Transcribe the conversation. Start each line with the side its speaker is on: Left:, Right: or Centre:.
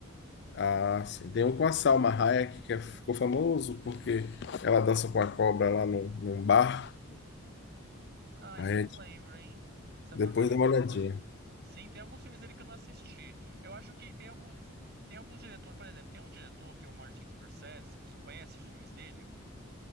Left: Ah, sim. Tem um com a Salma Hayek que é- ficou famoso porque ela dança com a cobra lá num, num bar.
Right: Ah,
Left: Aí
Right: esse eu não lembro, hein? Esse é uma
Left: depois
Right: raia
Left: dá
Right: que
Left: uma
Right: eu
Left: olhadinha.
Right: não lembro. Sim, tem alguns filmes dele que eu não assisti. Eu acho que tem alguns. Tem alguns diretores, por exemplo, tem um diretor que é o Martin Scorsese. Tu conhece os filmes dele?